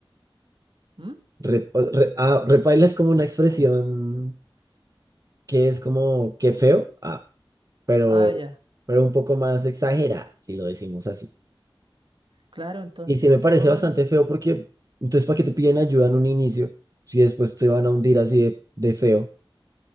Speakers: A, on the right (about 65°); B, on the right (about 40°).
A: ¿Mm?
B: Re- o- re- ah, repaila es como una expresión que es como qué feo, ah, pero,
A: Ah, ya.
B: pero un poco más exagerada, si lo decimos así.
A: Claro, entonces
B: Y sí me parece
A: todo
B: bastante
A: el-
B: feo porque, entonces, ¿para qué te piden ayuda en un inicio si después te van a hundir así de, de feo?